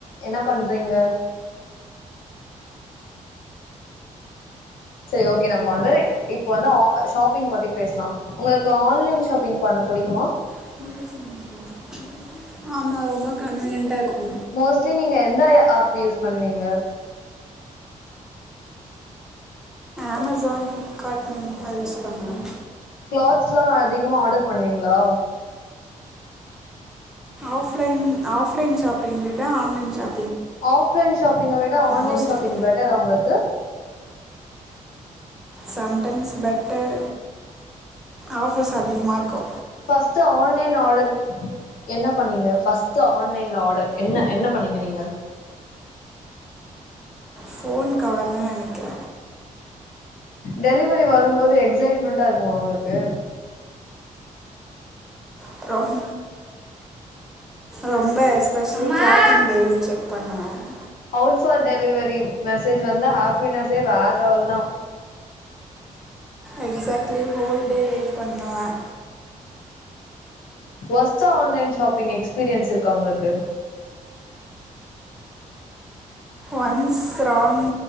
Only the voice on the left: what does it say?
என்ன பண்றீங்க சேரி ஓகே நம்ம வந்து இப்ப வந்து ஆ ஷாப்பிங் பத்தி பேஸ்லா உங்களுக்கு ஆன்லைன் ஷாப்பிங் பண்ண புடிக்குமா
மோஸ்ட்லி நீங்க எந்த யா ஆப் யூஸ் பண்ணுவீங்க
கிளாத்ஸ்லா அதிகமா ஆடர் பண்ணுவீங்ளா
ஆஃப்லைன் ஷாப்பிங்க விட ஆன்லைன்
ஷாப்பிங் பெட்டரா உங்களுக்கு
ஃபஸ்ட்டு ஆன்லைன் ஆடர் என்ன பண்ணீங்க ஃபஸ்ட்டு ஆன்லைன்ல ஆடர் என என பண்ணீங்க நீங்க
டெலிவரி வரும் போது எக்சைட்மென்ட்டா இருக்குமா உங்களுக்கு
அவுட் ஃபார் டெலிவரி மெசேஜ் வந்தா ஹாப்பினஸே வேர லெவல்தா
ஒஸ்ட்ட ஆன்லைன் ஷாப்பிங் எக்ஸ்பீரியன்ஸ் இருக்கா உங்களுக்கு